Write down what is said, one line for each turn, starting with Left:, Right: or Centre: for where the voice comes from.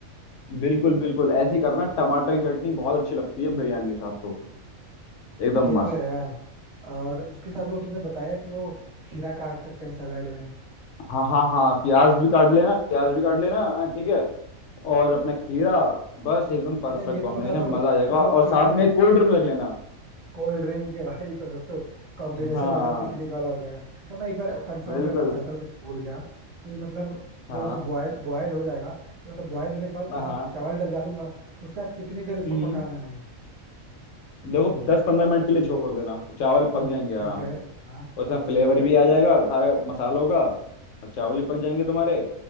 Left: बिल्कुल बिल्कुल ऐसे ही करना टमाटर की चटनी बहुत अच्छी लगती है बिरयानी के साथ तो एकदम
Right: ये
Left: मस्त
Right: तो है यार और उसके साथ वो तुमने बताया कि वो खीरा काट सकते हैं सैलाड में
Left: हाँ हाँ हाँ प्याज भी काट लेना प्याज भी काट लेना हाँ, ठीक है और अपना खीरा बस एकदम परफेक्ट
Right: अच्छा ये तो
Left: कॉम्बिनेशन
Right: बता दो
Left: मजा आ जाएगा
Right: मतलब
Left: और
Right: कितने
Left: साथ में एक कोल्ड ड्रिंक रख लेना
Right: कोल्ड ड्रिंक के भाई तो फिर तो कॉम्बिनेशन
Left: हाँ
Right: एकदम पिकनिक वाला हो जाएगा अच्छा मैं एक बार कंफर्म
Left: बिल्कुल
Right: करना चाहता हूँ जैसे भूल गया कि मतलब
Left: हाँ
Right: वो जो बॉयल बॉयल हो जाएगा तो मतलब बॉयल होने के बाद
Left: हाँ
Right: जैसे चावल डब डालूंगा तो उसके बाद कितनी देर उसको
Left: हम्म
Right: पकाना है
Left: देखो दस पंद्रह मिनट के लिए छोड़ देना चावल पक जाएंगे आराम
Right: ठीक है
Left: से
Right: हाँ
Left: उसमें फ्लेवर भी आ जाएगा सारे मसालों का और चावल भी पक जाएंगे तुम्हारे